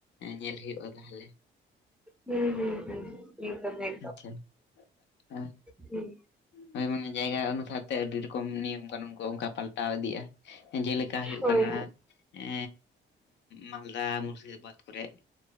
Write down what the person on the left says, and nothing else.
ᱧᱮᱞ ᱦᱩᱭᱩᱜᱼᱟ ᱛᱟᱦᱚᱞᱮ ᱾
ᱟᱪᱪᱷᱟ ᱟᱨ,
ᱦᱳᱭ ᱢᱟᱱᱮ ᱡᱟᱭᱜᱟ ᱚᱱᱩᱥᱟᱨ ᱛᱮ ᱟᱹᱰᱤ ᱨᱚᱠᱚᱢ ᱱᱤᱭᱚᱢ ᱠᱟᱹᱱᱩᱱ ᱠᱚ ᱚᱱᱠᱟ ᱯᱟᱞᱴᱟᱣ ᱤᱫᱤᱜᱼᱟ ᱾ ᱡᱮᱞᱮᱠᱟ ᱦᱩᱭᱩᱜ
ᱠᱟᱱᱟ
ᱮ ᱢᱟᱞᱫᱟ ᱢᱩᱨᱥᱤᱫᱟᱵᱟᱫ ᱠᱚᱨᱮᱜ,